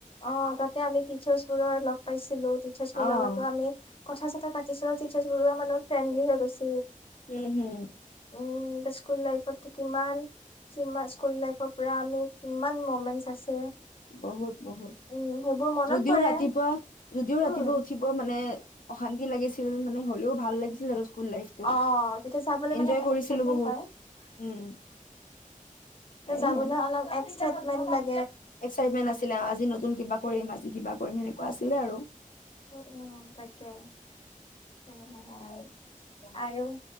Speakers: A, on the left; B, on the left.
A: অ', তাতে আমি টিচাৰ্ছ বোৰৰ লগ পাইছিলো টিচাৰ্ছ
B: অ'।
A: বোৰৰ লগতো আমি কথা চথা পাতিছিলো টিচাৰছ বৰুৱা মানত ফ্ৰেণ্ডলি হৈ গৈছে
B: উম হুম।
A: উম, স্কুল লাইফত কিমান স্কুল লাইফৰ পৰা আমি কিমান মমেন্টচ আছে
B: বহুত-বহুত,
A: উম, সেইবোৰ মনত
B: যদিও
A: পৰে।
B: ৰাতিপুৱা যদিও
A: উম,
B: ৰাতিপুৱা উঠিব মানে মানে অশান্তি লাগিছিল মানে হ'লেও ভাল লাগিছিল আৰু। স্কুল লাইফটো।
A: অ, তেতিয়া যাবলৈ
B: এনজয়
A: মানে
B: কৰিছিলো
A: এক্সাইটমেন্ত
B: বহুত,
A: হয়।
B: উম, সেয়াই
A: যাবলৈ
B: আৰু।
A: অলপ <unintelligible>
B: এক্সাইটমেন্ট আছিলে আজি নতুন কিবা কৰিম আজি কিবা কৰিম সেনেকুৱা আছিল। ছিলে আৰু।
A: উ উম তাকে। আৰু,